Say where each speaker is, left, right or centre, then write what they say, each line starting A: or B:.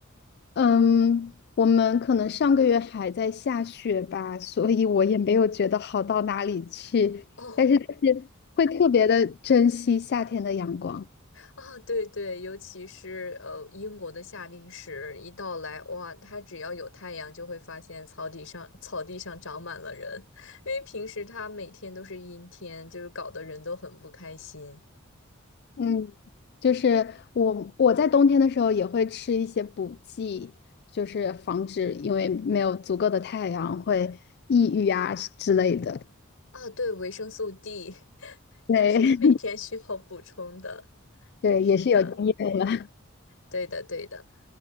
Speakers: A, on the left; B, on the left.
A: 嗯，我们可能上个月还在下雪吧，所以我也没有觉得好到哪里去，
B: 哦，
A: 但是就是会特别的珍惜夏天的阳光。
B: 啊，对对，尤其是呃，英国的夏令时一到来，哇，它只要有太阳，就会发现草地上草地上长满了人，<laughs> 因为平时它每天都是阴天，就是搞得人都很不开心。
A: 嗯，就是我我在冬天的时候也会吃一些补剂，就是防止因为没有足够的太阳会抑郁啊之类的。
B: 啊，对，维生素 D <laughs>
A: 对
B: 也是每天需要补充的。
A: <laughs> 对，
B: 是的，
A: 也是有经验了。
B: 对的，对的。